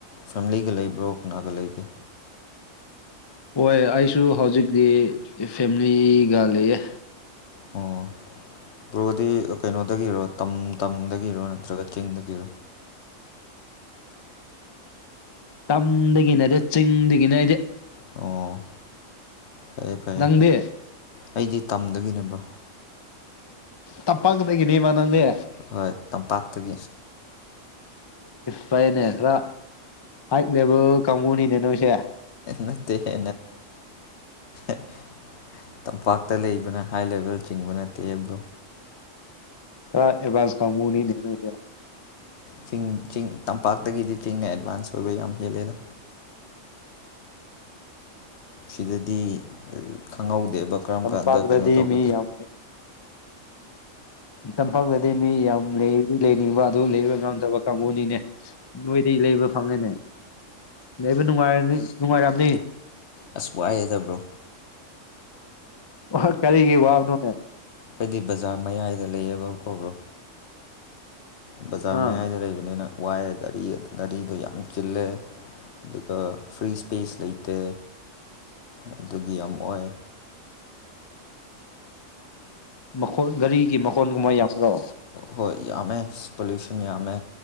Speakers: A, on the left; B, on the left.
A: ꯐꯦꯃꯤꯂꯤꯒ ꯂꯩ ꯕ꯭ꯔꯣ ꯀꯅꯥꯒ ꯂꯩꯒꯦ
B: ꯍꯣꯏ ꯑꯩꯁꯨ ꯍꯧꯖꯤꯛꯇꯤ ꯐꯦꯃꯤꯂꯤꯒ ꯂꯩꯌꯦ
A: ꯑꯣ ꯭ꯔꯣꯗꯤ ꯀꯩꯅꯣꯗꯒꯤꯔꯣ ꯇ ꯇꯝꯗꯒꯤꯔꯣ ꯅꯠꯇ꯭ꯔꯒ ꯆꯤꯡꯗꯒꯤꯔꯣ
B: ꯇꯝꯗꯒꯤꯅꯦꯔ ꯆꯤꯡꯗꯒꯤꯅꯦ ꯍꯥꯏꯗꯤ
A: ꯑꯣ ꯐꯔꯦ ꯐꯔꯦ
B: ꯅꯪꯗꯤ
A: ꯑꯩꯗꯤ ꯇꯝꯗꯒꯤꯕ꯭ꯔꯣ
B: ꯇꯄꯒꯗꯒꯤꯅꯦꯕ ꯅꯪꯗꯦ
A: ꯍꯣꯏ ꯇꯝꯄꯥꯛꯠꯇ ꯀ
B: ꯐꯔꯦꯅꯦ ꯈꯔ ꯍꯥꯏꯛ ꯂꯦꯕꯦꯜ ꯀꯥꯡꯕꯨꯅꯤꯅꯦ ꯅꯣꯏꯁꯦ
A: ꯅꯠꯇꯦꯍꯦ <inaudible> ꯇꯝꯄꯥꯛꯇ ꯂꯩꯕꯅ ꯍꯥꯏ ꯂꯦꯚꯦꯜ ꯆꯤꯡꯕ ꯅꯠꯇꯦꯕ꯭ꯔꯣ
B: ꯈꯔꯥ ꯑꯕꯖꯟ ꯀꯥꯃꯅꯤ ꯅꯩꯅ ꯌꯥ
A: ꯆꯤꯡ ꯆꯤꯡ ꯇꯝꯄꯥꯛꯇꯒꯤꯗꯤ ꯆꯤꯡꯅ ꯑꯦꯗꯚꯥꯟꯁ ꯑꯣꯏꯕ ꯌꯥꯝ ꯍꯦꯜꯂꯦꯗ ꯁꯤꯗꯗꯤ ꯈꯪꯍꯧꯗꯦꯕ ꯀꯔꯝ
B: ꯇꯝꯄꯥꯛꯇꯗꯤ
A: ꯀꯥꯟꯗ ꯀꯩꯅꯣ ꯇꯧꯒꯗ꯭ꯔꯦ
B: ꯃꯤ ꯌꯥꯝ ꯇꯝꯄꯥꯛꯇꯗꯤ ꯃꯤ ꯌꯥꯝ ꯂꯩꯔꯤ ꯂꯩꯅꯤꯡꯕ ꯑꯗꯨ ꯂꯩꯕ ꯉꯝꯗꯕ ꯀꯥꯡꯕꯨꯅꯤꯅꯦ ꯅꯣꯏꯗꯤ ꯂꯩꯕ ꯐꯝꯅꯅꯦ ꯂꯩꯕ ꯅꯨꯡꯉꯥꯏꯔꯅꯤ ꯅꯨꯡꯉꯥꯏꯔꯝꯅꯤ
A: ꯑꯁ ꯋꯥꯏꯌꯦꯗ ꯕ꯭ꯔꯣ
B: ꯋꯥ ꯀꯔꯤꯒꯤ ꯋꯥꯕꯅꯨꯅꯦ
A: ꯑꯩꯗꯤ ꯕꯖꯥꯔ ꯃꯌꯥꯏꯗ ꯂꯩꯌꯦꯕ ꯀꯧꯕ꯭ꯔꯣ ꯕꯖꯥꯔ
B: ꯑꯥ
A: ꯃꯌꯥꯏꯗ ꯂꯩꯕꯅꯤꯅ ꯋꯥꯏꯑꯒ ꯒꯥꯔꯤ ꯉꯥꯔꯤꯗꯣ ꯌꯥꯝ ꯆꯤꯜꯂꯦ ꯑꯗꯨꯒ ꯐ꯭ꯔꯤ ꯏꯁꯄꯦꯁ ꯂꯩꯇꯦ ꯑꯗꯨꯒꯤ ꯌꯥꯝ ꯑꯣꯏ
B: ꯃꯈꯣꯟ ꯒꯥꯔꯤꯒꯤ ꯃꯈꯣꯟꯒꯨꯝꯕ ꯌꯥꯎꯕ꯭ꯔꯣ
A: ꯍꯣꯏ ꯌꯥꯝꯃꯦ ꯄꯣꯂꯨꯁꯟ ꯌꯥꯝꯃꯦ